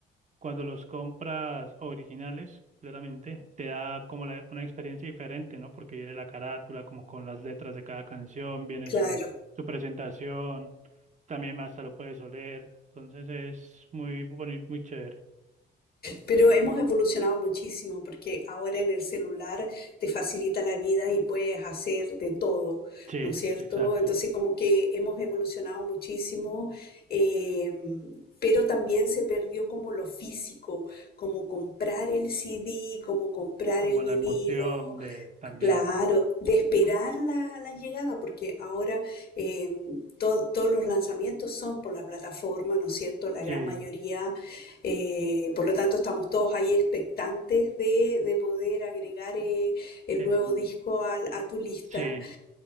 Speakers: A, on the right; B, on the left.
A: Cuando los compras originales, claramente, te da como la- una experiencia diferente, ¿no? Porque viene la carátula, como con las letras de cada canción, viene
B: claro,
A: su, su presentación, también hasta lo puedes oler, entonces es muy bonito, muy chévere.
B: Pero hemos evolucionado muchísimo porque ahora en el celular te facilita la vida y puedes hacer de todo,
A: Sí,
B: ¿no es cierto?
A: exacto.
B: Entonces como que hemos evolucionado muchísimo, eh, pero también se perdió como lo físico, como comprar el CD, como comprar
A: Como
B: el vinilo.
A: la emoción de también.
B: Claro, de esperar la, la llegada, porque ahora eh, to- todos los lanzamientos son por la plataforma, ¿no es cierto? La gran
A: Sí,
B: mayoría eh, por lo tanto, estamos todos ahí expectantes de, de poder agregar eh, el
A: el-
B: nuevo disco al- a, tu lista,
A: sí,